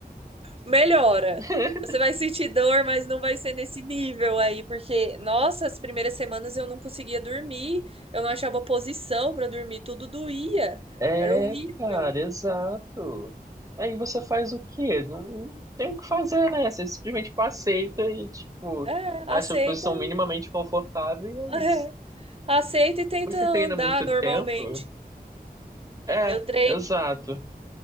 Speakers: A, on the right; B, on the right.
A: melhora.
B: <laughs>
A: Você vai sentir dor, mas não vai ser nesse nível aí, porque, nossa, as primeiras semanas eu não conseguia dormir, eu não achava posição pra dormir, tudo doía,
B: É,
A: era horrível.
B: cara, exato. Aí você faz o quê? Não, não tem o que fazer, né? Você simplesmente aceita e, tipo,
A: É,
B: acha
A: aceita
B: a posição
A: e
B: minimamente confortável e
A: <laughs> é,
B: é isso.
A: aceita e tenta
B: Você
A: andar
B: treina muito
A: normalmente.
B: tempo? É,
A: Eu treino,
B: exato.